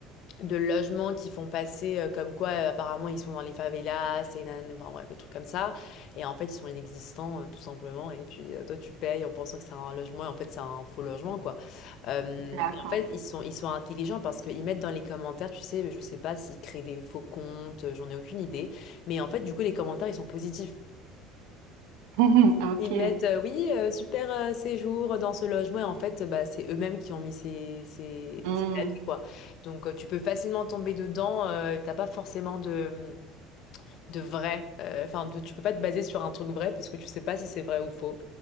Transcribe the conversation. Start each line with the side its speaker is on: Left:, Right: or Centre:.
Left: de logements qui font passer euh, comme quoi euh, apparemment ils sont dans les favelas et nan, enfin bref des trucs comme ça et en fait ils sont inexistants euh, tout simplement et puis euh, toi tu payes en pensant que c'est un logement et en fait c'est un faux logement quoi Euh,
Right: d'accord.
Left: et en fait ils sont ils sont intelligents parce qu'ils mettent dans les commentaires tu sais je sais pas s'ils créent des faux comptes euh, j'en ai aucune idée mais en fait du coup les commentaires ils sont positifs
Right: <laughs> Ok.
Left: ils mettent, euh, oui, euh, super euh, séjour dans ce logement. Et en fait, euh, bah, c'est eux-mêmes qui ont mis ces, ces,
Right: Hmm,
Left: ces avis, quoi. Donc, euh, tu peux facilement tomber dedans. euh, t'as pas forcément de, de vrai. euh, Enfin, de- tu peux pas te baser sur un truc vrai parce que tu sais pas si c'est vrai ou faux.